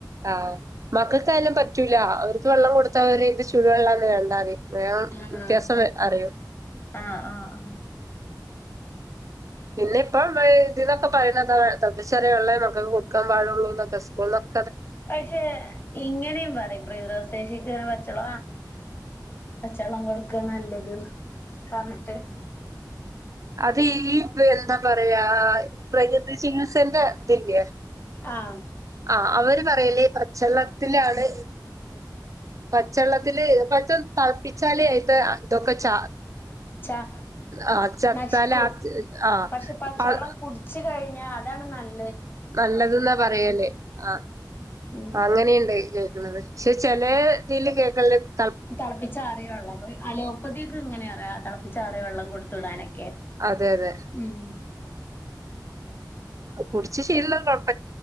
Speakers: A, on the right; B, on the left.
A: ആഹ് മക്കൾക്കായല്ലാം പറ്റ് പറ്റുലാ അവർക്ക് വള്ളം കൊടുത്താ അവര് ചൂട് വെള്ളാന്ന് വേണ്ടാന്ന് വേഗം
B: ആഹ്
A: വ്യത്യാസം അറിയോ
B: ആഹ് ആഹ് ആഹ്
A: പിന്നെ ഇപ്പം ഇതിന്നൊക്കെ പറയുന്ന തൾപ്പിച്ചാറിയ വെള്ളെ മക്കൾക്ക് കൊടുക്കാൻ പാടുള്ളൂ എന്നൊക്കെ സ്കൂൾക്കെ
B: പക്ഷെ ഇങ്ങനെയും പറയും <unintelligible> പച്ചള പച്ചളം കൊടുക്ക നല്ലത് പറഞ്ഞിട്ട്
A: അത് ഈത് ന്താ പറയാ പ്രകൃതി ചികിത്സന്റെ ഇല്ല്യ
B: ആഹ്
A: ആ അവര് പറയല്ലേ പച്ചെള്ളത്തിലാണ് പച്ചെള്ളത്തില്ൽ പച്ച തൾപ്പിച്ചാലേ അയിത്തെ ഇതൊക്കെ ച
B: ച
A: ആ ചത്താല
B: നശിക്കും
A: ആഹ്
B: പക്ഷെ പച്ചവെള്ളം
A: ആഹ
B: കുടിച്ച് കഴിഞ്ഞാ അതാണ് നല്ല-
A: നല്ലത് യെന്നാ പറയല് ആ
B: ഉം
A: അങ്ങനെയുണ്ട് കേക്കണത് പക്ഷെ ചെല- നീല കേക്കല്ല <unintelligible>
B: തെളപ്പിച്ചാറിയ വെള്ളം അലോപ്പതിക്കെ ഇങ്ങനെ പറയ്ക തെളപ്പിച്ചാറിയ വെള്ളം കൊടുത്ത വിടാനൊക്കെ
A: അതെ അതെ
B: ഉം
A: കുടിച്ച് ശീല്ലയുള്ളവര് കാണും